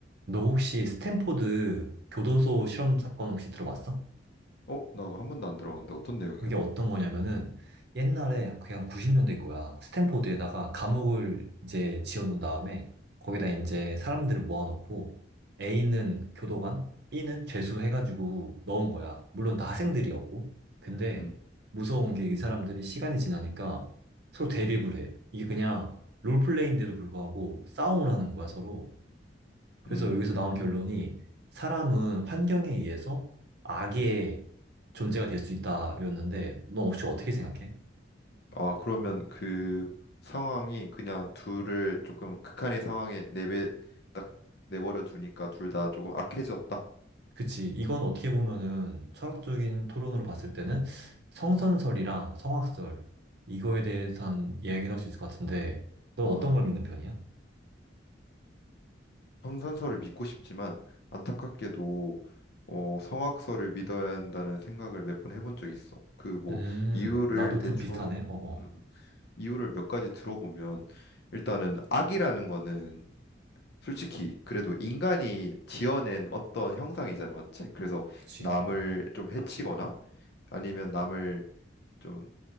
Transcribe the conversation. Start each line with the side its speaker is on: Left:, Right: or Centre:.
Right: 너 혹시 스탠포드 교도소 실험 사건 혹시 들어봤어?
Left: 어, 나 한 번도 안 들어봤는데 어떤 내용이야?
Right: 그게 어떤 거냐면은 옛날에 그냥 90년대 거야. 스탠포드에다가 감옥을 이제 지어놓은 다음에 거기다 이제 사람들을 모아놓고 A는 교도관, B는 죄수 해가지고 넣은 거야. 물론 다 학생들이었고. 근데
Left: 음,
Right: 무서운 게 이 사람들이 시간이 지나니까 서로 대립을 해. 이게 그냥 롤플레이인데도 불구하고 싸움을 하는 거야, 서로. 그래서
Left: 음,
Right: 여기서 나온 결론이 사람은 환경에 의해서 악의 존재가 될 수 있다였는데 너 혹시 어떻게 생각해?
Left: 아, 그러면 그 상황이 그냥 둘을 조금 극한의 상황에 내배 딱 내버려 두니까 둘 다 조금 악해졌다.
Right: 그치. 이건 어떻게 보면은 철학적인 토론으로 봤을 때는 성선설이랑
Left: 음,
Right: 성악설 이거에 대해선 이야기를 할 수 있을 것 같은데 너
Left: 아,
Right: 어떤 걸 믿는 편이야?
Left: 성선설을 믿고 싶지만 안타깝게도 어, 성악설을 믿어야 한다는 생각을 몇 번 해본 적 있어. 그 뭐
Right: 음,
Left: 이유를
Right: 나도
Left: 대충
Right: 좀 비슷하네. 어어.
Left: 음, 이유를 몇 가지 들어보면 일단은 악이라는 거는 솔직히 그래도 인간이 지어낸 어떤 형상이잖아, 맞지? 그래서
Right: 그치.
Left: 남을
Right: 음,
Left: 좀 해치거나 아니면 남을 좀